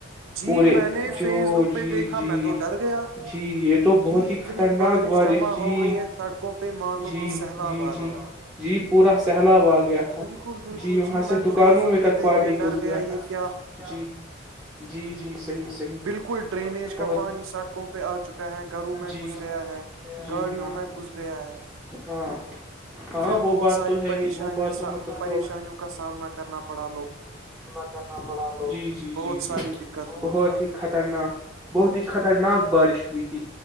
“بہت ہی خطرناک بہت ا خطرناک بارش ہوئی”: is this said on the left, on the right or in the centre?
Centre